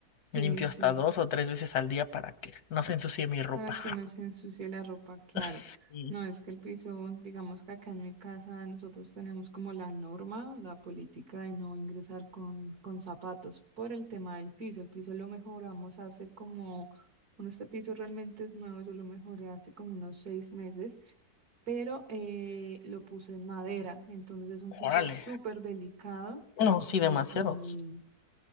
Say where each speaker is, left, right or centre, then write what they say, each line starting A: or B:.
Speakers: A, on the left; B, on the right.
A: limpio
B: sí, sí.
A: hasta dos o tres veces al día para que no se ensucie mi ropa.
B: para que no se ensucie la ropa, claro.
A: <laughs> Sí,
B: No, es que el piso, digamos que acá en mi casa nosotros tenemos como la norma, la política de no ingresar con, con zapatos por el tema del piso. El piso lo mejoramos hace como, bueno, este piso realmente es nuevo, yo lo mejoré hace como unos seis meses, pero eh, lo puse en madera, entonces es un piso
A: Órale.
B: súper delicado
A: no, sí,
B: y,
A: demasiado.